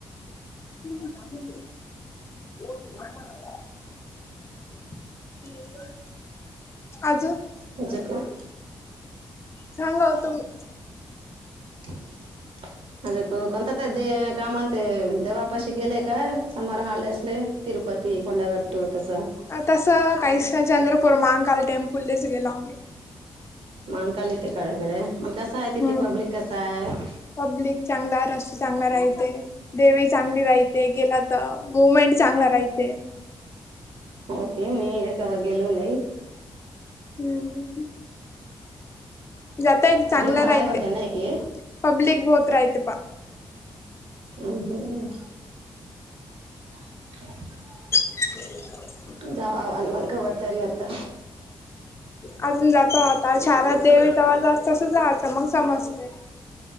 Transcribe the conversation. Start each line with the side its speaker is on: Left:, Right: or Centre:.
Left: <unintelligible> आजुन
Right: तूझ का
Left: सांगा ओ तुम्ही
Right: <inaudible> अ कोणता त दे कामा ते दवापाशी गेलय का समोर हाल असले तिरूपती, कोंडागट्टू तसं
Left: तसं काहीचं नाय चंद्रपूर मांकाल टेम्पूलांच गेलो आम्ही
Right: महांकाल <unintelligible> म कसा हाय तिथे
Left: हम्म
Right: पब्लिक कसा हाय.
Left: पब्लिक चांगलाय, रस्ता चांगला राइते. देवी चांगली राईते, गेला त मुमेंट चांगला राइते.
Right: हो के, मी कवा गेलो नाई.
Left: हम्म जाता येते चांगला
Right: पब्लिक भायरं
Left: राहते
Right: होता ना की,
Left: पब्लिक बहोत रायते पा
Right: हम् हम्म <unintelligible>
Left: <inaudible>
Right: जावा आणं मंग कवा तर आता
Left: अजून जातो आता शारद देवी तव्हा जा तसं जाआचं मंग समजतय.